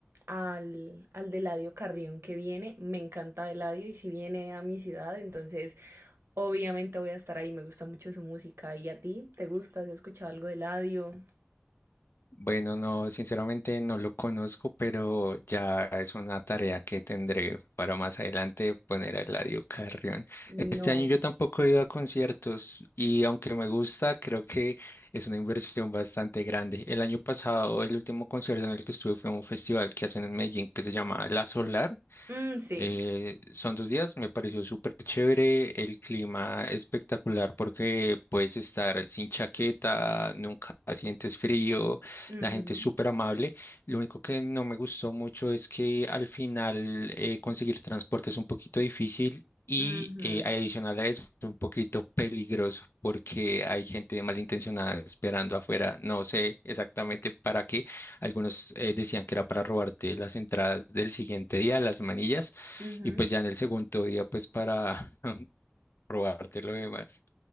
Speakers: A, on the right; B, on the left.
A: al, al de Eladio Carrión que viene. Me encanta Eladio y si viene a mi ciudad, entonces obviamente voy a estar ahí. Me gusta mucho su música. ¿Y a ti? ¿Te gusta? ¿Has escuchado algo de Eladio?
B: Bueno, no, sinceramente no lo conozco, pero ya es una tarea que tendré para más adelante poner a Eladio Carrión.
A: No.
B: Este año yo tampoco he ido a conciertos y aunque me gusta, creo que es una inversión bastante grande. El año pasado, el último concierto en el que estuve fue un festival que hacen en Medellín que se llama La Solar
A: Mm, sí.
B: eh, son dos días, me pareció súper chévere, el clima espectacular porque puedes estar sin chaqueta, nunca sientes frío,
A: Ujú,
B: la gente es súper amable. Lo único que no me gustó mucho es que al final eh, conseguir transporte es un poquito difícil. Y
A: ujú,
B: eh, adicional a eso, es un poquito peligroso porque hay gente malintencionada esperando afuera. No sé exactamente para qué. Algunos eh, decían que era para robarte las entradas del siguiente día, las manillas
A: ujú.
B: y pues ya en el segundo día pues para <laughs> probarte lo demás.